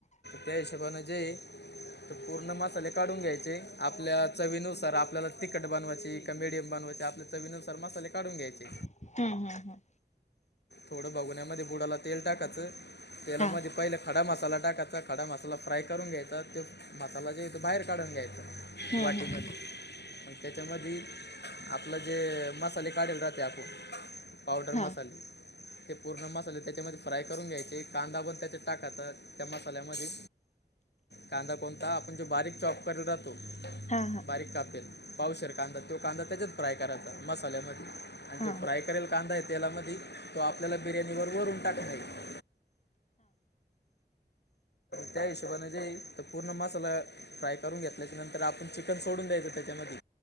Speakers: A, on the left (about 85°); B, on the left (about 45°).
A: त्या हिशबान जय तर पूर्ण मसाले काढून घ्यायचे आपल्या चवीनुसार आपल्याला तीखट बनवायची का मेडियम बनवायची चवीनुसार मसाले काढून घ्यायचे.
B: हम्म हम्म हम्म.
A: थोडं भगोन्यामध्ये बुडाला तेल टाकायचं, तेलामध्ये
B: हा
A: पहिल्या खडा मसाला टाकायचा, खडा मसाला फ्राय करून घ्यायचा. त्यो मसालाच्या जे आहे ते बाहेर काढून घ्यायचा.
B: ह ह
A: वाटीमध्ये त्याच्यामध्ये आपलं जे मसाले काढेल राहते आपुण, पावडर
B: हा
A: मसाले. ते पूर्ण मसाले त्याच्यामध्ये फ्राय करून घ्यायचे कांदा पण त्याच्यात टाकायचा त्या मसाल्यामध्ये. कांदा कोणता आपण जो बारीक चॉक करू राहतो
B: हा हा.
A: बारीक कापेल. पावशेर कांदा तो कांदा त्याच्यात फ्राय करायचा मसाल्यामध्ये. आणि
B: हा
A: जो
B: हा हा हा
A: फ्राय करेला कांदा आहे तेलामधी, तो आपल्याला बिर्याणीवर वरून टाकायचं. त्या हिशोबाने जेई तर पूर्ण मसाला फ्राय करून घेतल्याच्या नंतर आपण चिकन सोडून द्यायचं त्याच्यामधी,